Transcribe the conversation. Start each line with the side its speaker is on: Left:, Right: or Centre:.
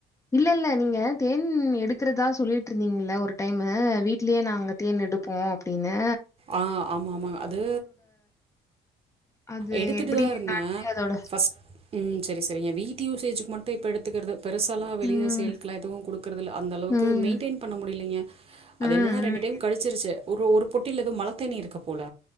Left: இல்ல இல்ல நீங்க தேன் எடுக்கறதா சொல்லிட்டு இருந்தீங்கல்ல ஒரு டைம்மு வீட்லயே நாங்க தேன் எடுப் போ அப்டின்னு
Right: ஆ ஆமா ஆமாங் அது
Left: அது
Right: எடுத்திட்டுதா
Left: எப்படி
Right: இருந்தே
Left: என்னான்ட்டு அதோட
Right: ஃபர்ஸ் ம் செரி செரி என் வீ்ட்டு யூசேஜுக்கு மட்டும் இப்ப எடுத்துக்குர்றது பெருசாலா வெளிய
Left: ம்
Right: சேல்க்குல எதுவு குடுக்கறது இல்ல அந்தளவுக்கு
Left: ம்
Right: மெயின்டைன் பண்ண முடியலைங்க அது
Left: ம்
Right: என்னன்ன ரெண்டு
Left: ம்.
Right: டைம் கழிச்சிருச்சு ஒரு ஒரு பொட்டில எதோ மலத்தேனி இருக்கு போல